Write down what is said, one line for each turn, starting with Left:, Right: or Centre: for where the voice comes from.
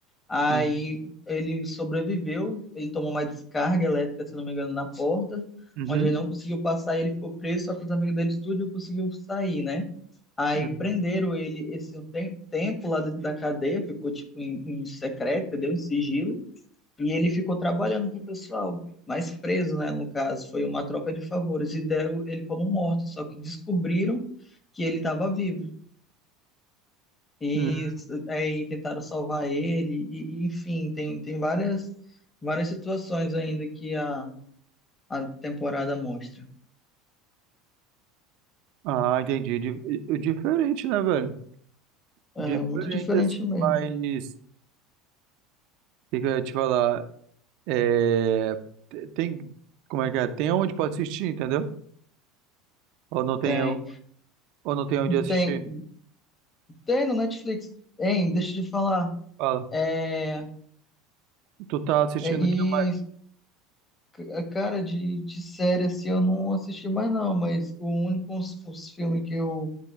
Left: Aí
Right: Uhum.
Left: ele sobreviveu, ele tomou uma descarga elétrica, se não me engano, na porta,
Right: Uhum.
Left: onde ele não conseguiu passar, ele ficou preso, só que os amigos dele tudo conseguiu sair, né? Aí
Right: Uhum.
Left: prenderam ele esse tem- tempo lá dentro da cadeia, ficou tipo em, em secreto, entendeu? Em sigilo. E ele ficou trabalhando pro pessoal, mas preso, né? No caso, foi uma troca de favores e deram ele como morto, só que descobriram que ele estava vivo e,
Right: uhum.
Left: é, e tentaram salvar ele. E, e, enfim, tem, tem várias, várias situações ainda que a, a temporada mostra.
Right: Ah, entendi. Di- eh, Diferente, né, velho?
Left: É
Right: Diferente,
Left: muito diferente
Right: assim,
Left: mesmo.
Right: mas. O que que eu ia te falar? É, te- Tem. Como é que é? Tem onde pra assistir, entendeu? Ou não tem,
Left: Tem,
Right: ou não tem onde assistir?
Left: tem, tem no Netflix. Hein, deixa eu te falar.
Right: Fala.
Left: É,
Right: Tu tá assistindo
Left: é, e
Right: o que mais?
Left: A Cara, de, de série assim eu não assisti mais não, mas o único os, os filme que eu,